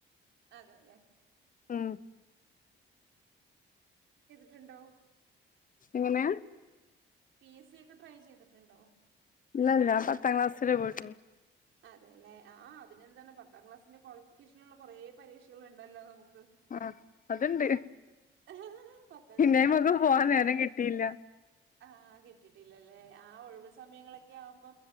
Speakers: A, on the right; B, on the left.
A: അതെല്ലെ
B: ഉം
A: റ്റ്ണ്ടോ
B: എങ്ങനെയ
A: പി എസ് സി ഒക്കെ ട്രൈ ചെയ്തിട്ടുണ്ടോ
B: ഇല്ല ഇല്ല പത്താം ക്ലാസ്സ്‌ വരെ പോയിട്ടുള്ളു
A: അതെല്ലെ ആ അതിനെന്താണ് പത്താം ക്ലാസ്സിന്റെ ക്വാളിഫിക്കേഷനുള്ള കുറെേ പരീക്ഷകൾ ഉണ്ടല്ലോ നമു ക്ക്
B: ആഹ് അത്ണ്ട്
A: <unintelligible> പത്താക്ലാസ്സ്‌ന്നും
B: പിന്നെ അയ്മക്ക്
A: ഒര്കോറവേ
B: പോവാൻ നേരം
A: അല്ലല്
B: കിട്ടിയില്ല
A: ആ കിട്ട്ടില്ലല്ലേ ആ ഒഴിവ് സമയങ്ങളെകെ ആമ്പോ